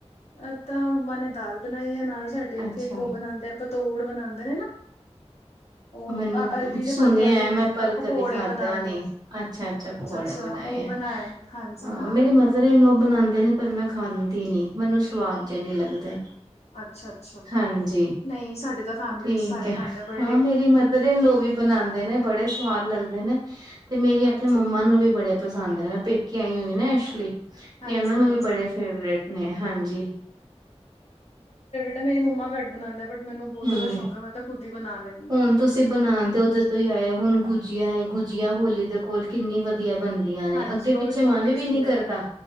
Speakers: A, on the left; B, on the right.
A: ਐਤਾਂ ਮੰਮਾਂ ਨੇ ਦਾਲ ਬਣਾਈ ਆਂ ਨਾਲ ਸਾਡੇ ਇੱਥੇ
B: ਅੱਛਾ
A: ਇੱਕ ਉਹ ਬਣਾਂਦੇ ਆ ਪਤੋੜ ਬਣਾਂਦੇ ਨੇ ਨਾ। ਉਹ
B: ਮੈਂਨੂੰ
A: ਅ- ਅਰਬੀ ਦੇ
B: ਸੁਣਿਆਂ
A: ਪੱਤਿਆਂ ਦੀ
B: ਐ, ਮੈਂ ਪਰ
A: ਅ, ਪਕੌੜੇ
B: ਕਦੀ ਖਾਂਦਾ
A: ਬਣਾਉਂਦੇ
B: ਨਈ। ਅੱਛਾ -ਅੱਛਾ ਪਕੌੜੇ
A: ਅੱਛਾ
B: ਬਣਾਏ
A: ਉਹ
B: ਆ,
A: ਹਾਂਜੀ
B: ਹਾਂ
A: ਨਾਲ
B: ਮੇਰੀ
A: ਉਹ
B: ਮਦਰ
A: ਬਣਾਏ
B: ਇਨ ਲੋਅ ਬਣਾਂਦੇ ਨੇ। ਪਰ ਮੈਂ ਖਾਂਦੀ ਨੀਂ, ਮੈਨੂੰ ਸਵਾਦ ਜੇ ਨੀ ਲੱਗਦੇ।
A: ਅੱਛਾ -ਅੱਛਾ
B: ਹਾਂਜੀ
A: ਨਈ ਸਾਡੇ ਤਾਂ ਫੈਮਿਲੀ
B: ਠੀਕ
A: ਵਿੱਚ ਸਾਰੇ
B: ਹੈ
A: ਖਾਂਦੇ ਆ ਬਟ
B: ਹਾਂ ਮੇਰੀ ਮਦਰ ਇਨ ਲੋਅ ਵੀ ਬਣਾਂਦੇ ਨੇ ਬੜੇ ਸਵਾਦ ਲੱਗਦੇ ਨੇ, ਤੇ ਮੇਰੀ
A: ਹਾਂਜੀ
B: ਐਥੇ ਮੰਮਾ ਮੈਂਨੂੰ ਵੀ ਬੜੇ ਪਸੰਦ ਨੇ ਮੈਂ ਪੇਕੇ ਆਈ ਹੋਈ ਨਾ ਇਸ ਲੀ।
A: ਹਾਂਜੀ
B: ਤੇ ਇਹਨਾਂ ਨੂੰ
A: ਹਾਂਜੀ
B: ਵੀ ਬੜੇ ਫੇਵਰੇਟ ਨੇ ਹਾਂਜੀ।
A: ਤਾਂ ਮੇਰੀ ਮੰਮਾ ਕੱਢ ਬਣਾਂਦੇ, ਬਟ ਮੈਨੂੰ ਬਹੁਤ
B: ਹਮ
A: ਜ਼ਿਆਦਾ ਸ਼ੌਕ ਐ ਮੈਂ ਤੇ ਖ਼ੁਦ ਹੀ ਬਣਾ ਲੈਂਨੀ।
B: ਹੁਣ ਤੁਸੀਂ ਬਣਾਂਦੇ ਹੋ ਤੋਂ ਤਦੇ ਹੀ ਆਏ ਹੋ, ਹੁਣ ਗੁਜੀਆ ਏ ਗੁਜੀਆ ਹੋਲੀ ਦੇ ਕੋਲ ਕਿੰਨੀ ਵਧੀਆਂ ਬਣਦੀਆਂ ਨੇ,
A: ਹਾਂਜੀ
B: ਅੱਗੇ ਪਿੱਛੇ
A: ਉਹ ਵੀ ਬਹੁਤ
B: ਮਨ
A: ਟੇਸਟੀ
B: ਵੀ ਨੀ
A: ਲੱਗਦੀ
B: ਕਰਦਾਂ।